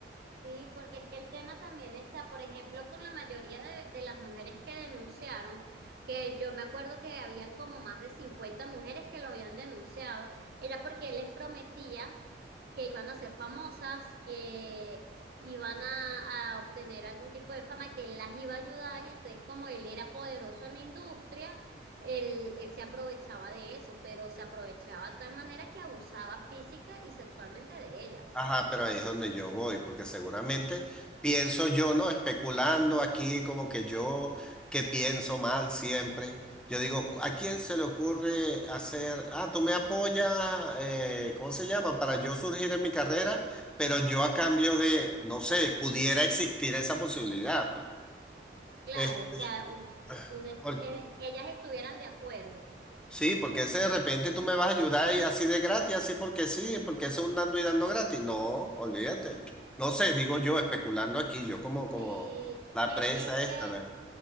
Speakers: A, on the right (about 55°); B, in the centre.
A: sí, porque es que el tema también está, por ejemplo, con la mayoría de, de las mujeres que denunciaron, que yo me acuerdo que habían como más de 50 mujeres que lo habían denunciado, era porque él les prometía que iban a ser famosas, que iban a, a obtener algún tipo de fama, que él las iba a ayudar y entonces como él era poderoso en la industria, él, él se aprovechaba de eso, pero se aprovechaba de tal manera que abusaba física y sexualmente de ellas.
B: Ajá, pero ahí es donde yo voy, porque seguramente pienso yo, ¿no? Especulando aquí, como que yo que pienso mal siempre. Yo digo, ¿a quién se le ocurre hacer, ah, tú me apoyas, eh, ¿cómo se llama? Para yo surgir en mi carrera, pero yo a cambio de, no sé, pudiera existir esa posibilidad, pues.
A: Claro,
B: Es-
A: que, a un-
B: <clears throat>
A: un eti- eh, que ellas estuvieran de acuerdo.
B: Sí, porque ese de repente tú me vas a ayudar y así de gratis, así porque sí, porque eso es un dando y dando gratis. No, olvídate. No sé, digo yo, especulando aquí, yo como, como
A: Sí,
B: la
A: e-
B: prensa
A: es que,
B: esta. la-